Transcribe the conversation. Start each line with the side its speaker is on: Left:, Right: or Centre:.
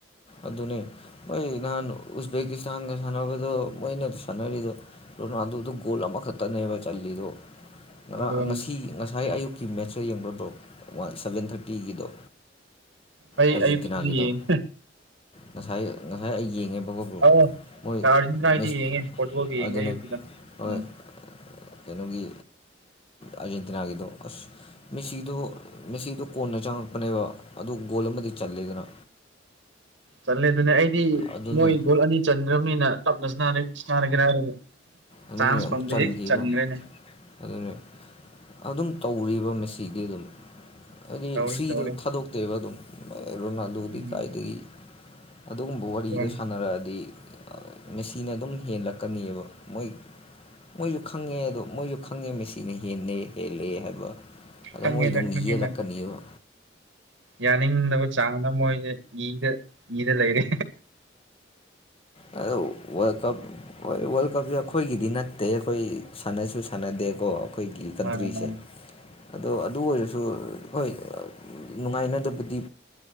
Left: ꯑꯗꯨꯅꯦ ꯃꯣꯏ ꯅꯍꯥꯟ ꯎꯁꯕꯦꯀꯤꯁꯇꯥꯟꯒ ꯁꯥꯟꯅꯕꯗꯣ ꯃꯣꯏꯅ ꯁꯥꯟꯅꯔꯤꯗꯣ ꯔꯣꯅꯥꯜꯗꯣꯗꯨ ꯒꯣꯜ ꯑꯃꯈꯇꯅꯦꯕ ꯆꯜꯂꯤꯗꯣ ꯉꯔꯥꯡ
Right: ꯑꯗꯨꯅꯤ
Left: ꯉꯁꯤ ꯉꯁꯥꯏ ꯑꯌꯨꯛ ꯀꯤ ꯃꯦꯠꯆꯇꯣ ꯌꯦꯡꯕ꯭ꯔ ꯕ꯭ꯔꯣ ꯋꯥꯟ ꯁꯕꯦꯟ ꯊꯥꯔꯇꯤꯒꯤꯗꯣ
Right: ꯑꯩ
Left: ꯑꯥꯔꯖꯦꯟꯇꯤꯅꯥꯒꯤꯗꯣ
Right: ꯑꯌꯨꯛꯀꯤꯗꯤ ꯗꯨꯝ ꯌꯦꯡꯉꯤ
Left: ꯉꯁꯥꯏ ꯉꯁꯥꯏ ꯑꯩ ꯌꯦꯡꯉꯦꯕꯀꯣ
Right: ꯑꯧ
Left: ꯃꯣꯏ
Right: ꯑꯥꯔꯖꯦꯟꯇꯤꯅꯥꯒꯤꯗꯤ
Left: ꯃꯤꯁ
Right: ꯌꯦꯡꯉꯦ ꯄꯣꯔꯇꯨꯒꯜꯒꯤ ꯌꯦꯡꯉꯦ
Left: ꯑꯗꯨꯅꯦ
Right: ꯑꯌꯨꯛꯇꯨꯗ
Left: ꯍꯣꯏ
Right: ꯎꯝ
Left: ꯀꯩꯅꯣꯒꯤ ꯑꯥꯔꯖꯦꯟꯇꯤꯅꯥꯒꯤꯗꯣ ꯑꯁ ꯃꯤꯁꯤꯗꯣ ꯃꯦꯁꯤꯗꯣ ꯀꯣꯟꯅ ꯆꯪꯉꯛꯄꯅꯦꯕ ꯑꯗꯨ ꯒꯣꯜ ꯑꯃꯗꯤ ꯆꯜꯂꯦꯗꯅ
Right: ꯆꯜꯂꯦ ꯑꯗꯨꯅꯦ ꯑꯩꯗꯤ
Left: ꯑꯗꯨꯅꯦ
Right: ꯃꯣꯏ ꯒꯣꯜ ꯑꯅꯤ ꯆꯟꯒ꯭ꯔꯝꯅꯤꯅ ꯇꯞꯅ ꯁ꯭ꯅꯥ ꯁ꯭ꯅꯥꯔꯒꯦꯔ ꯍꯥꯏꯔꯒ
Left: ꯑꯗꯨꯅꯦ
Right: ꯆꯥꯥꯟꯁ
Left: ꯑꯃꯨꯛ
Right: ꯐꯪꯗꯦꯍꯦ
Left: ꯆꯟꯈꯤꯕ
Right: ꯆꯟꯒ꯭ꯔꯦꯅꯦ
Left: ꯑꯗꯨꯅ ꯑꯗꯨꯝ ꯇꯧꯔꯤꯕ ꯃꯦꯁꯤꯗꯤ ꯑꯗꯨꯝ ꯍꯥꯏꯗꯤ
Right: ꯇꯧꯔꯤ
Left: ꯐ꯭ꯔꯤꯗ
Right: ꯇꯧꯔꯤ
Left: ꯊꯥꯗꯣꯛꯇꯦꯕ ꯑꯗꯨꯝ ꯔꯣꯅꯥꯜꯗꯣꯗꯤ
Right: ꯎꯝ
Left: ꯀꯥꯏꯗꯒꯤ ꯑꯗꯨꯒꯨꯝꯕ ꯋꯥꯔꯤꯗꯣ
Right: ꯍꯣꯏ
Left: ꯁꯥꯟꯅꯔꯛꯑꯗꯤ ꯃꯦꯁꯤꯅ ꯑꯗꯨꯝ ꯍꯦꯜꯂꯛꯀꯅꯦꯕ ꯃꯣꯏ ꯃꯣꯏꯖꯨ ꯈꯪꯉꯦ ꯑꯗꯣ ꯃꯣꯏꯖꯨ ꯈꯪꯉꯦ ꯃꯦꯁꯤꯅ ꯍꯦꯟꯅꯦ ꯍꯦꯜꯂꯦ ꯍꯥꯏꯕ ꯑꯗꯣ
Right: ꯈꯪꯉꯦꯗ
Left: ꯃꯣꯏ ꯑꯗꯨꯝ
Right: ꯈꯪꯉꯦꯗ
Left: ꯌꯦꯜꯂꯀꯅꯦꯕ
Right: ꯌꯥꯅꯤꯡꯗꯕ ꯆꯥꯡꯅ ꯃꯣꯏꯖꯦ ꯏꯗ ꯏꯗ ꯂꯩꯔꯦ
Left: ꯑꯗꯤ ꯋꯦꯜꯀꯞ ꯍꯣꯏ ꯋꯥꯔꯜ ꯀꯞꯁꯦ ꯑꯩꯈꯣꯏꯒꯤꯗꯤ ꯅꯠꯇꯦ ꯑꯩꯈꯣꯏ ꯁꯥꯟꯅꯁꯨ ꯁꯥꯟꯅꯗꯦꯀꯣ ꯈꯣꯏꯒꯤ ꯀꯟꯇ꯭ꯔꯤꯁꯦ
Right: ꯃꯥꯅꯦ ꯃꯥꯅꯦ
Left: ꯑꯗꯣ ꯑꯗꯨ ꯑꯣꯏꯔꯁꯨ ꯍꯣꯏ ꯅꯨꯡꯉꯥꯏꯅꯗꯕꯗꯤ